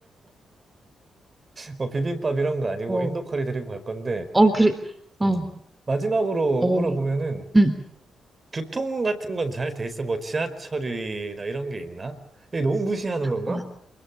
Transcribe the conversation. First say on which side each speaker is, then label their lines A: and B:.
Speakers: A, on the right (about 40°); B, on the right (about 20°).
A: 뭐 비빔밥 이런 거 아니고
B: 어,
A: 인도 커리 데리고 갈 건데,
B: 어, 그래, 어,
A: 음. 마지막으로
B: 어,
A: 물어보면은
B: 응.
A: 교통 같은 건 잘 돼 있어? 뭐 지하철이나 이런 게 있나? 이게 너무 무시하는 건가?
B: 어,